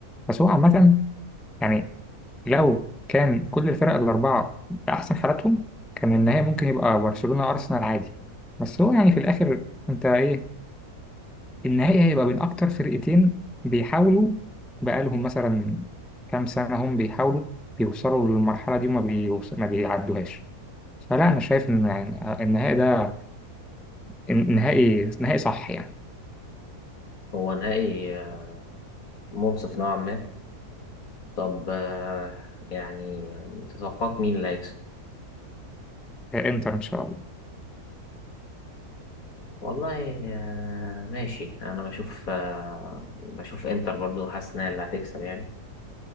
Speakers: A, in the centre; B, on the left.
A: بس هو عامة يعني لو كان كل الفرق الأربعة بأحسن حالاتهم كان النهائي ممكن يبقى برشلونة أرسنال عادي بس هو يعني في الآخر أنت إيه النهائي هيبقى بين أكتر فرقتين بيحاولوا بقالهم مثلا كام سنة هم بيحاولوا بيوصلوا للمرحلة دي وما بيوص... ما بيعدوهاش فلا أنا شايف إن يعني النهائي ده النهائي نهائي صح يعني
B: هو نهائي آه، منصف نوعا ما طب آه يعني تتوقعك مين اللي هيكسب؟
A: إنتر إن شاء الله
B: والله آه ماشي أنا بشوف آه بشوف إنتر برضو حاسس إن هي اللي هتكسب يعني